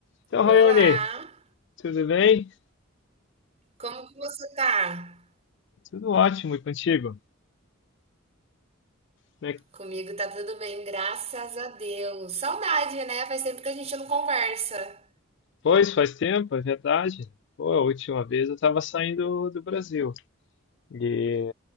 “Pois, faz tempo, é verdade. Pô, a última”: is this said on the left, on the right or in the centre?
Left